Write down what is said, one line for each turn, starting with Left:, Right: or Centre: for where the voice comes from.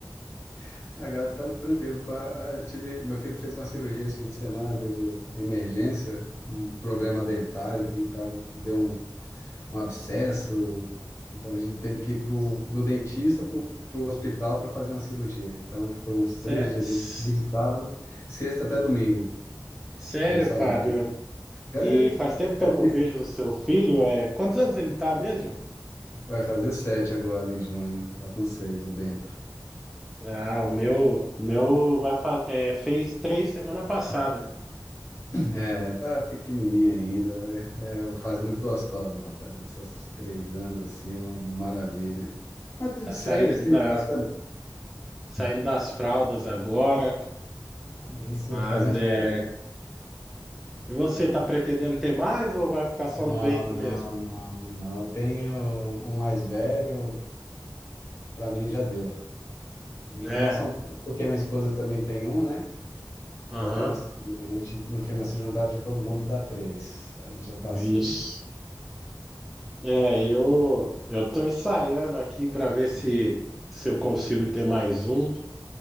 Left: <laughs> Agora tá tranquilo. Pra... ah, Eu tive... Meu filho fez uma cirurgia esse fim de semana, meu, de emergência, um problema dentário que tava... deu um, um abscesso. Então a gente teve que ir pro... do dentista pro, pro hospital para fazer uma cirurgia. Então ele ficou uns três
Centre: Sé-
Left: dias
Centre: s-
Left: em sábado, sexta até domingo.
Centre: Sério,
Left: A gente saiu.
Centre: Fábio?
Left: É,
Centre: E faz tempo que
Left: é
Centre: eu não vejo o seu filho. É... Quantos anos ele tá mesmo?
Left: Vai fazer sete agora em junho. Tá com seis, o Bento.
Centre: Ah, o meu, meu vai fa... é, fez três semana passada.
Left: É, tá pequenininha ainda. vai- É, faz muito gostosa, rapaz. Essas de três anos assim é uma maravilha. Ah, de
Centre: Tá
Left: seis,
Centre: saindo
Left: seis
Centre: da,
Left: anos também.
Centre: saindo das fraldas agora.
Left: Isso
Centre: Mas
Left: faz a diferença.
Centre: é. E você, tá pretendendo ter mais ou vai ficar só
Left: Não,
Centre: no Bento
Left: não,
Centre: mesmo?
Left: não, não. Eu tenho um mais velho, para mim já deu. No
Centre: Né?
Left: final são três, porque minha esposa também tem um, né?
Centre: Aham.
Left: Então, assim, a gente, no final, se juntar de todo mundo dá três. Aí já tá
Centre: Vixe.
Left: suficiente.
Centre: É, eu eu tô ensaiando aqui para ver se se eu consigo ter mais um,